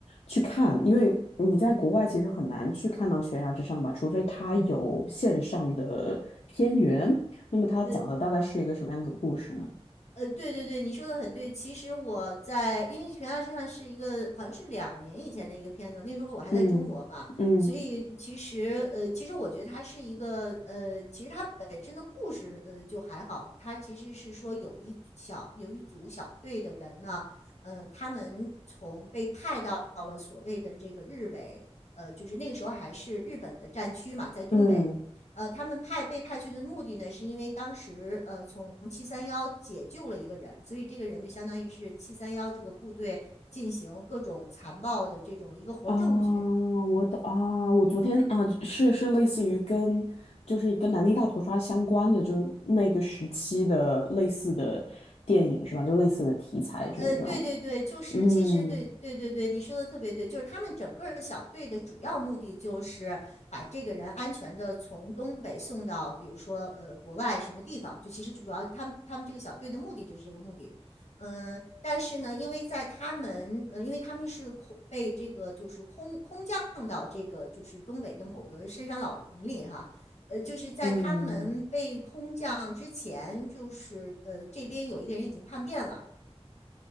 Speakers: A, on the left; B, on the left.
A: 去看，因为你在国外其实很难去看到《悬崖之上》吧，除非他有线上的片源。那么他讲的大概是一个什么样子的故事呢？
B: 呃。呃，对对对，你说的很对。其实我在，因为悬崖之上是一个好像是两年以前的一个片子，那时候我还在中国嘛，
A: 嗯嗯
B: 所以其实呃，其实我觉得它是一个呃，其实它本身的故事呃就还好，它其实是说有一小有一组小队的人呢，嗯、他们从被派到了所谓的这个日伪，呃，就是那个时候还是日本的战区嘛，在东北。
A: 嗯。
B: 呃，他们派被派去的目的呢，是因为当时呃从七三幺解救了一个人，所以这个人就相当于是七三幺这个部队进行各种残暴的这种一个活证据。
A: 啊，我的啊，我昨天啊，是是类似于跟就是跟南京大屠杀相关的，就是那个时期的类似的电影是吧？就类似的题材这一种。
B: 呃，对对对，就是其实对对对对，
A: 嗯
B: 你说的特别对，就是他们整个儿小队的主要目的就是把这个人安全的从东北送到，比如说呃国外什么地方，就其实主要他们他们这个小队的目的就是这个目的。嗯，但是呢，因为在他们，呃，因为他们是空被这个就是空空降到这个就是东北的某个深山老林里哈，呃，就是在他们被空降之前，
A: 嗯，
B: 就是呃这边有一个人已经叛变了。